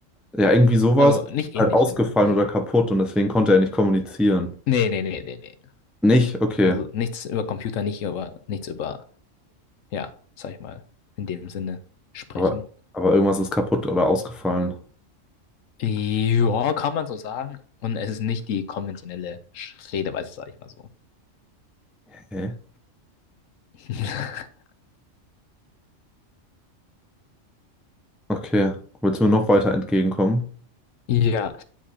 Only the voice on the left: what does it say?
Also
nicht
ähnlich,
aber.
Nee, nee, nee, nee, nee.
Also nichts über Computer, nicht über nichts über, ja, sag ich mal, in dem Sinne sprechen.
Ja, kann man so sagen. Und es ist nicht die konventionelle Sch- Redeweise, sag ich mal so.
<laughs>
Ja.